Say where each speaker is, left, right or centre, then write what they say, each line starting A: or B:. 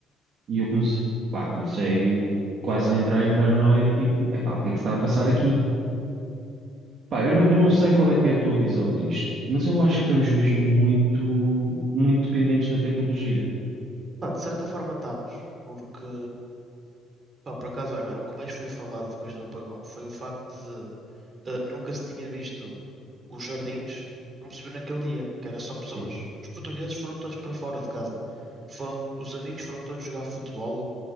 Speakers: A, on the right; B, on the right.
A: E eu comecei, pá, comecei quase a entrar em paranoia, tipo, epá, o que é que se está a passar aqui? Pá, eu não, eu não sei qual é que é a tua visão disto, mas eu acho que estamos mesmo muito, muito dependentes da tecnologia.
B: Pá, de certa forma estamos. Porque Pá, por acaso, olha, o que mais foi falado depois do apagão foi o facto de eh, nunca se tinha visto os jardins como se viu naquele dia, que era só pessoas.
A: Uhum.
B: Os portugueses foram todos para fora de casa. Foram, os amigos foram todos jogar futebol.